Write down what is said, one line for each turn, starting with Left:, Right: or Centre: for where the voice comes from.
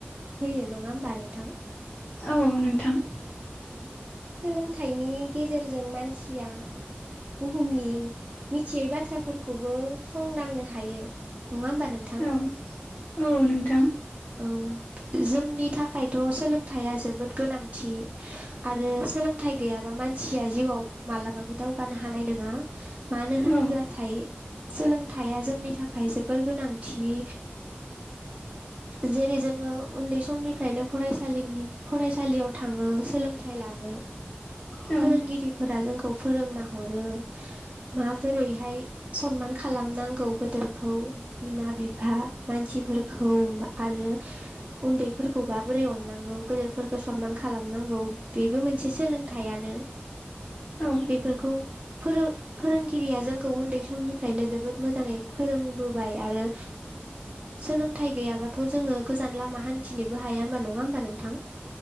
Right: होयो नङा होमबा नोंथां
Left: औ नोंथां
Right: सोलोंथाइनि गेजेरजों मानसिया बुहुमनि मिथियै बाथ्राफोरखौबो संदांनो हायो नङा होमबा नोंथां।
Left: औ। औ नोंथां
Right: औ जोंनि थाखायथ' सोलोंथाइया जोबोद गोनांथि आरो सोलोंथाइ गैयाबा मानसिया जिउआव मालाबाबो दावगानो हानाय नङा मानो होनोब्ला
Left: औ
Right: थाइ सोलोंथाइया जोंनि थाखाय जोबोर गोनांथि जेरै जोङो उन्दै समनिफ्रायनो फरायसालिनि फरायसालियाव थाङो सोलोंथाय लानो।
Left: औ
Right: फोरोंगिरिफोरा जोंखौ फोरोंना हरो माबोरैहाय सनमान खा खालामनांगौ गोदोरखौ बिमा बिफा मानसिफोरखौ। औ होनबा आरो। उन्दैफोरखौबा बोरै अननांगौ गेदेरफोरखौ सनमान खालामनांगौ बेबो मोनसे सोलोंथायानो।
Left: औ
Right: बेफोरखौ। फोरो फोरोंगिरिया जोंखौ उन्दै समनिफ्रायनो जोबोद मोजाङै फोरोंबोबाय आरो सोलों गथाय गैयाब्लाथ' जोंङो गोजान लामा हान्थिनोबो हाया नङा होमबा नोंथां।